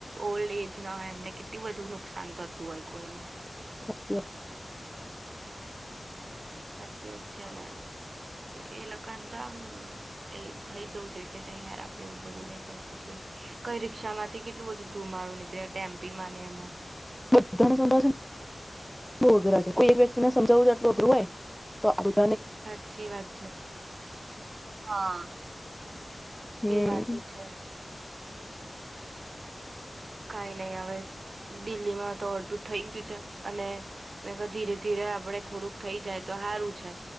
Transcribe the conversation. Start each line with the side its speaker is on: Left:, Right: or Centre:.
Right: ઓલ્ડ એજ ના હોય એમને કેટલી બધુ નુકસાન થતું હોય કોઈને
Centre: થકો
Right: સાચચી વાતછી એ લોકોદ આમ એ થઈ. જવું જોઈએ કે, યાર આપડે એવું બધું નઈ કરતું જોઈએ કઈ રિક્ષા માંથી કેટલું બધું ધુમાડું નીકળે ટેમ્પી માં ને એમાં.
Centre: બધાને સમાવે છે ને બ અઘરા છે કોઈ એક વ્યક્તિને સમજાવું આટલું અઘરું હોય તો આધું
Right: સાચી વાત છે હા
Centre: હમ
Right: એ વાતો છે કઈ નઈ હવે દિલ્હીમાં તો અડતું થઈ ગયું છે. અને મે ધીરે ધીરે આપડે થોડુંક થઈ જાય તો સારું છે.